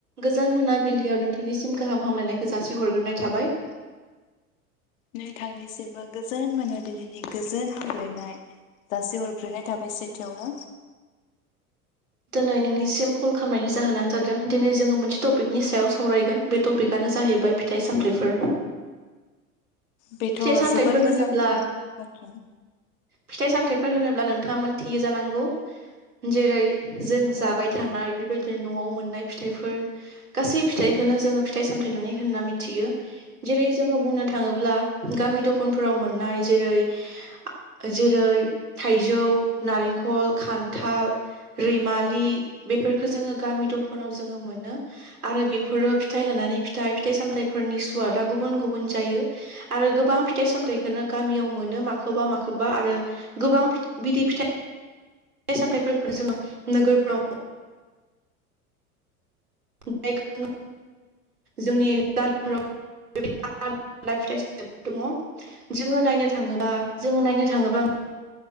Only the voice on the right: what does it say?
गोजान मोनाबिलियाव नोंथांनिसिम गाहाम हामलायनायखौ जासि हरग्रोनाय थाबाय।
दिनै नोंनिसिम कल खालामनायनि जाहोनानो जादों दिनै जोङो मोनसे टपिकनि सायाव सावरायगोन बे टपिकआनो जाहैबाय फिथाइ सामथाइफोर
फिथाइ सामथाइफोर
होनोब्ला
फिथाइ सामथायाइफोर होनोब्ला नोंथाङा मोनथियो जानांगौ जेरै जों जाबाय थानाय बेबायदिनो न'आव मोननाय फिथाइफोर गासै फिथाइखोनो जोङो फिथाइ सामथाय होननानै होनना मिथियो। जेरै जोङो बुंनो थाङोब्ला गामि दफनफोराव मोननाय जेरै जेरै थाइजौ नारेंखल खान्थाल रैमालि बेफोरफोरखो जोङो गामि दफानाव जोङो मोनो। आरो बेफोरो फिथाइ लानानै फिथाइ फिथाइ सामथाइफोरनि सुवादा गुबुन -गुबुन जायो। आरो गोबां फिथाइ सामथाइखौनो गामियाव मोनो माखोबा माखोबा आरो गोबां फिथा बिदै फिथाइ फिथाय-सामथायफोरखौ जोङो नोगोरफ्राव <unintelligible> जोंनि गामिफोराव बिबादिनो आलदा आलदा फिथाइ सामथाइफोर दङ। जोङो नायनो थाङोबा जोङो नायनो थाङोबा